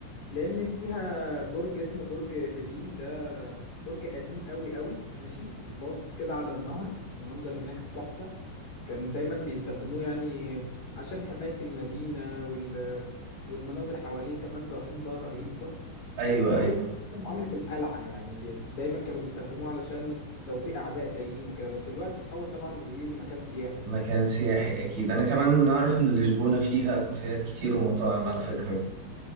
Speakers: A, on the left; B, on the right.
A: لان فيها برج اسمه برج بليم ده برج قديم قوي قوي ماشي باصص كده على النهر المنظر هناك تحفة كان دايما بيستخدموه يعني عشان حماية المدينة وال... والمناظر حواليه كمان رهيبة رهيبة
B: أيوة
A: وهو
B: أيوة
A: كان معاملة القلعة يعني ب- دايما كانوا بيستخدموه علشان لو في أعداء جايين وكده بس دلوقتي اتحول طبعا لإيه لمكان سياحي
B: مكان
A: يعني
B: سياحي أكيد أنا كمان أعرف إن لشبونة فيها كافيهات كتير ومطاعم على فكرة